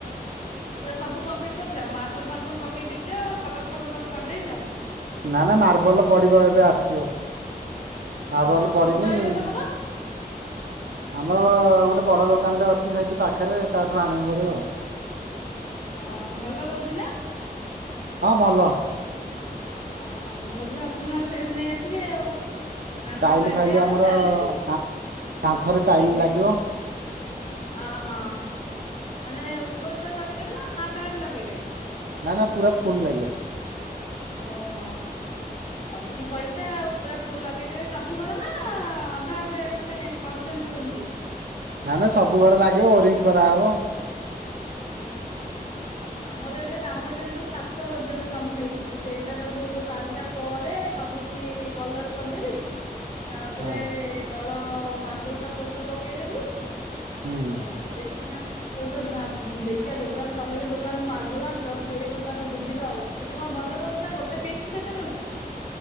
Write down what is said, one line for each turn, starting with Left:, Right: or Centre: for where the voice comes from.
Left: ପୁରା ସବୁ କମ୍ପ୍ଲିଟ କରିଚ ମାର୍ବଲ ଫାର୍ବୁଲ ପକେଇ ଦେଇଚ କଲର ଫଲର ସବୁ କରିଦେଇଚ?
Right: ନା ନା ମାର୍ବଲ ପଡିବ ଏବେ ଆସିବ
Left: ଅ
Right: ମାର୍ବଲ ପଡିିନି
Left: କୋଉଠୁ ଆଣିବ
Right: <unintelligible>
Left: ତମର?
Right: ଆମର ଗୋଟେ ବଡ ଦୋକାନଟେ ଅଛି ସେଇଠି ପାଖରେ, ତାଠୁ ଆଣିବା ଭାରି ଆଉ।
Left: ଓ ଭଲ ଦଉଚି ନା?
Right: ହଁ ଭଲ।
Left: ଓହୋ। ମୁଁ ବି ଭାବୁଚି ନହେଲେ ସେଇଠୁ ନେଇ ଆସିବି ଆଉ। ମାର୍ବଲ
Right: ଟାଇଲ
Left: ଏବେ
Right: ଫାଇଲ
Left: ଆମର ଚାଲିଚି।
Right: କା କାନ୍ଥରେ ଟାଇଲ
Left: ଏବେ
Right: ଲାଗିବ
Left: ଅହଁ ମାନେ ଉପର ପୁରା ଲଗେଇଦେବେ ନା ହାଫ୍ ହାଫ୍ ଲଗେଇବେ?
Right: ନା ନା ପୁରା ଫୁଲ ଲାଗିବ।
Left: ଓହୋ। ଅଛି ପଇସା ଆଉ ପୁରା ଫୁଲ ଲଗେଇଦବେ ସବୁ ଘର ନା ଅଧା ଗଟେ ମାନେ କରୁଛନ୍ତି ସବୁ ଏମିତି?
Right: ନା ନା ସବୁ ଘରେ ଲାଗିବ ଓରିଙ୍ଗ କରାହବ
Left: ହୁଁ। ଆମର ଏବେ କାମ ଚାଲିଚି ଛାତ ପର୍ଯ୍ୟନ୍ତ କାମ ହେଇଚି, ସେଇଟା ସବୁ ସାରିଲା ପରେ ଭାବୁ ସେ କଲର କରିଦେବି ତାପରେ
Right: ହଁ
Left: ତଳ ମାର୍ବଲ ଫାର୍ବଲ ସବୁ ପକେଇଦେବି ଓ
Right: ହୁଁ।
Left: ଦେଖିବା କୋଉଠି ଗୋଟେ ଭାବୁ ଦେଖିବା ଦୋକାନ ତମେ ଯୋଉ ଦୋକାନ ମାର୍ବଲ ଆଣୁଚ ସେଇ ଦୋକାନରୁ ବୁଝିବା ଆଉ ସେଠି କଣ ଭଲ ଦଉଚି ନା ଗୋଟେ ପିସ୍ କୁ କେ କେତେ ଦଉଚି?